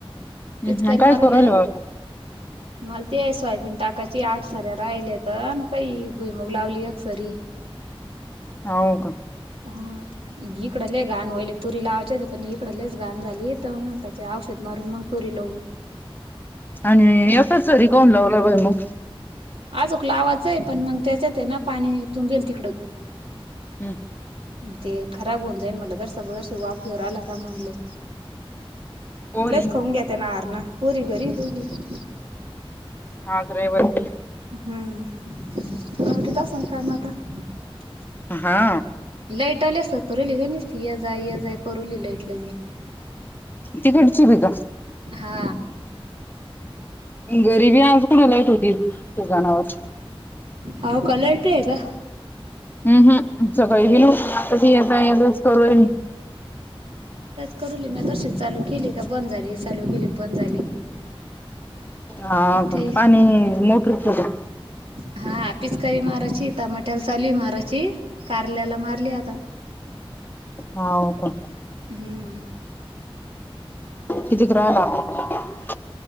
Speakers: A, on the left (about 20°); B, on the right (about 75°).
A: हम्म,
B: पिचकारी
A: हम्म. काय
B: मारुले
A: करू राहिले बाबा
B: माल ते सोयाबीन टाकायची आठ सऱ्या राहेल है त, कई भुईमुग लावली एक सरी
A: अ हो का!
B: हा इकड लयी घाण होयेल ये, तुरी लावाच्यात पण इकड लयीचं घाण झालीत. त म्हणतात ते औषध मारून मंग तुरी लावू
A: आणि एकच सरी काहून लावला भुईमूग?
B: आजुक लावाचं हे, पण मग त्याच्यात हे ना पाणी तुंबेल तिकडं.
A: हूं!
B: ते खराब होऊन जाईन म्हनलं, जरस, जरस वाफेवर आलं का मंग लाऊ
A: पोरी
B: लयीचं खाऊन घेत्या ना हरण पोरी घरी दोघी बी
A: आगरेवती
B: <unintelligible>
A: हा!
B: लाईट आल्या सतरुली वे नीसती ये जाय, ये जाय, करूली लाईट लगे
A: तिकडची बि का?
B: हा!
A: घरीबी आज <unintelligible> कुणालाईट होती दुकानावर.
B: हाऊका लाईट येका?
A: हूं हूं सकाळी गेल होतो, आता येता येतच करू राहिली
B: करुली म्या दर्शी चालू केली का बंद झाली, चालू केेली बंद झाली.
A: हा का
B: ते
A: पाणी मोटरिच का?
B: हा! हा पिचकरी माराची तमाट्याला चालूय माराची, कारल्याला मारली आता
A: हाव का!
B: हम्म.
A: कितीक राहंल आता?